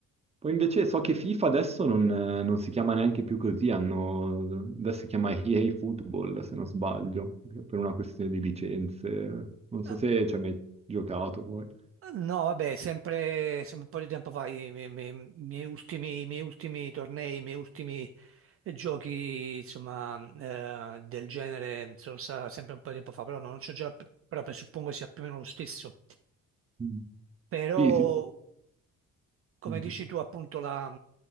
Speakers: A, on the right (about 20°); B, on the right (about 50°).
A: Poi invece so che FIFA adesso non, non si chiama neanche più così, hanno, adesso si chiama EA Football se non sbaglio, per una questione di licenze. Non
B: Ah,
A: so se ci hai mai giocato poi.
B: No, vabbè, sempre, sempre un po' di tempo fa, i, mi- mi- miei ultimi, i miei ultimi tornei, i miei ultimi eh, giochi, insomma, eh, del genere, sono stati sempre un po' di tempo fa, però no, non c'ho già, però presuppongo sia più o meno lo stesso.
A: Mm.
B: Però,
A: Sì, sì.
B: come
A: Mm.
B: dici tu, appunto, la,